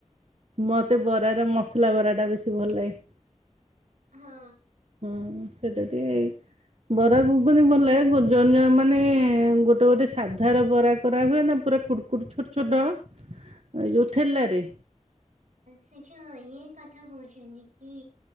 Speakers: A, on the right; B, on the right.
A: ମତେ ବରା ର ମସଲା ବରା ଟା ବେଶୀ ଭଲ ଲାଗେ।
B: ହଁ।
A: ହୁଁ ସେଇଟା ଟିକିଏ ବରା ଘୁଗୁନି ଭଲ ଲାଗେ ଜଣେ ଜଣେ ମାନେ ଗୋଟେ ଗୋଟେ ସାଧାର ବରା କରା ହୁଏ। ନା ପୁରା କୁଡ କୁଟ ଛୋଟ ଛୋଟ ଏ ଯେଉଁ ଠେଲାରେ
B: ସେଯୋଉ ଇଏ କଥା କହୁଛନ୍ତି କି?